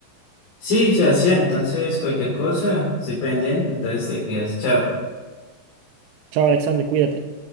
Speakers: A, on the left; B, on the right.
A: Sí, se hacía. Entonces, cualquier cosa, estoy pendiente. Entonces, te cuidas. Chao.
B: Chao, Alexander, cuídate.